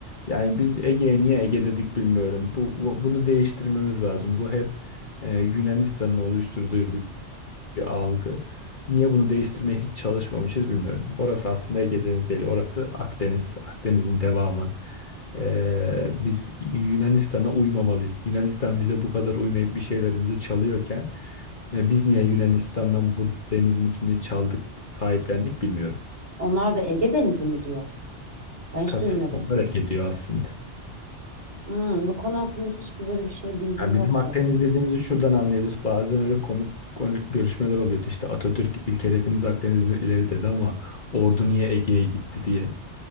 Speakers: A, on the left (about 45°); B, on the right (about 35°).
A: Yani biz Ege'ye niye Ege dedik bilmiyorum. Bu, bu- bunu değiştirmemiz lazım. Bu hep e, Yunanistan'ın oluşturduğu bir algı. Niye bunu değiştirmeye hiç çalışmamışız bilmiyorum. Orası aslında Ege Denizi değil, orası Akdeniz. Akdeniz'in devamı. Ee, biz Yunanistan'a uymamalıyız. Yunanistan bize bu kadar uymayıp bir şeylerimizi çalıyorken e, biz niye Yunanistan'dan bu denizin ismini çaldık, sahiplendik bilmiyorum.
B: Onlar da Ege Denizi mi diyor? Ben hiç
A: Tabii
B: duymadım.
A: onlar Ege diyor aslında.
B: Hmm, bu konu hakkında hiçbir böyle bir şey bilgim
A: Yani
B: yoktu.
A: bizim Akdeniz dediğimizi şuradan anlayabiliriz. Bazen öyle komik konu- görüşmeler oluyordu. İşte Atatürk ilk hedefiniz Akdeniz'dir ileri dedi ama ordu niye Ege'ye gitti diye.